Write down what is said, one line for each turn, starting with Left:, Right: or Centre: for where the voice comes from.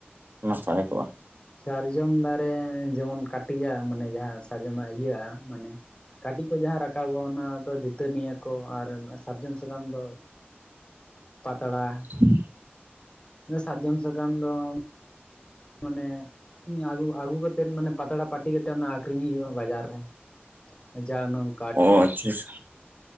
Right: ᱱᱟᱯᱟᱭ ᱠᱚᱜᱼᱟ,
Left: ᱥᱟᱨᱡᱚᱢ ᱫᱟᱨᱮ ᱡᱮᱢᱚᱱ ᱠᱟᱹᱴᱤᱡᱼᱟ ᱢᱟᱱᱮ ᱡᱟᱦᱟᱸ ᱥᱟᱨᱡᱚᱢᱟᱜ ᱤᱭᱟᱹᱜᱼᱟ ᱢᱟᱱᱮ, ᱠᱟᱹᱴᱤᱡ ᱠᱚ ᱡᱟᱦᱟᱸ ᱨᱟᱠᱟᱵᱚᱜ ᱚᱱᱟ ᱫᱚ ᱫᱟᱹᱛᱟᱹᱱᱤᱭᱟ ᱠᱚ ᱟᱨ ᱥᱟᱨᱡᱚᱢ ᱥᱟᱠᱟᱢ ᱫᱚ ᱯᱟᱛᱲᱟ,
Right: <unintelligible>
Left: ᱥᱟᱨᱡᱚᱢ ᱥᱟᱠᱟᱢ ᱫᱚ ᱢᱟᱱᱮ ᱟᱞᱩ ᱟᱹᱜᱩ ᱠᱟᱛᱮᱜ ᱢᱟᱱᱮ ᱯᱟᱛᱲᱟ ᱯᱟᱹᱴᱤ ᱠᱟᱛᱮᱜ ᱚᱱᱟ ᱟᱸᱠᱷᱨᱤᱧ ᱦᱩᱭᱩᱜᱼᱟ ᱵᱟᱡᱟᱨ ᱨᱮ᱾ ᱡᱟᱱᱩ,
Right: ᱚ ᱟᱪᱪᱷᱟ ᱟᱪᱪᱷᱟ